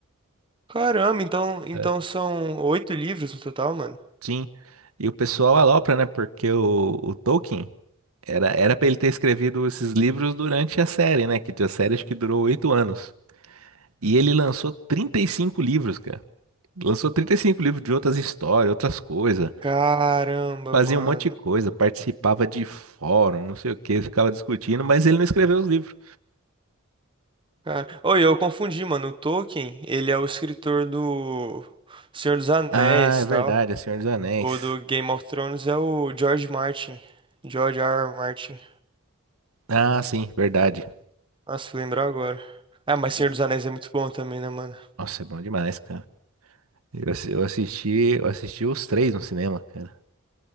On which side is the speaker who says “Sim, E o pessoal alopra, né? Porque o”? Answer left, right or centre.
Right